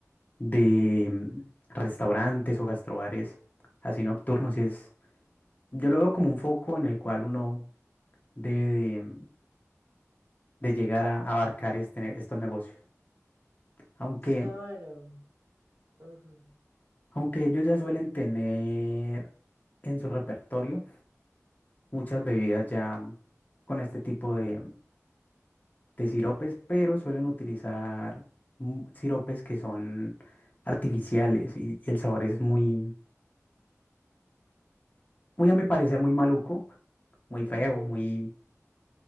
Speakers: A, on the left; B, on the right.
A: de, mm, restaurantes o gastrobares así nocturnos. y es Yo lo veo como un foco en el cual uno debe de, de llegar a abarcar este, ne- estos negocios. Aunque,
B: Claro. ujú,
A: aunque ellos ya suelen tener en su repertorio muchas bebidas ya con este tipo de, de siropes, pero suelen utilizar mm, siropes que son artificiales y, y el sabor es muy, muy a mi parecer, muy maluco, muy feo,
B: ujú, ujú,
A: muy...